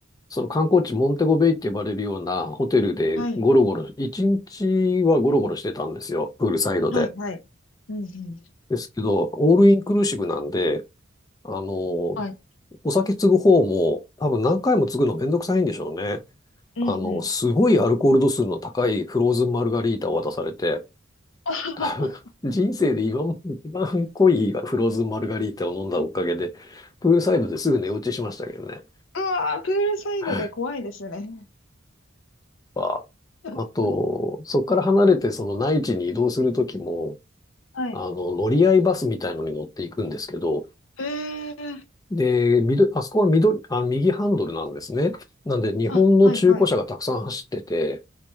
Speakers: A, on the left; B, on the left.
A: その観光地モンテゴベイって呼ばれるようなホテルでゴロゴロ、
B: はい。
A: 一日はゴロゴロしてたんですよ、プールサイドで。
B: はい、はい。うんうん。
A: ですけど、オールインクルーシブなんで、あの、お
B: はい。
A: 酒継ぐ方も多分何回も継ぐのめんどくさいんでしょうね。
B: うんうん。
A: あの、すごいアルコール度数の高いフローズンマルガリータを渡されて、
B: <laughs>
A: 多分人生で今まで一番濃いフローズンマルガリータを飲んだおかげで、プールサイドですぐ寝落ちしましたけどね。
B: うわー、プールサイドで怖いですね。
A: はいか、
B: <laughs>
A: あと、そこから離れてその内地に移動するときも、
B: はい。
A: あの、乗り合いバスみたいのに乗っていくんですけど、
B: ええ
A: で、緑、あそこは緑、あ、右ハンドルなんですね。なんで、日本の中古車がたくさん走ってて、
B: あ、はい、はい。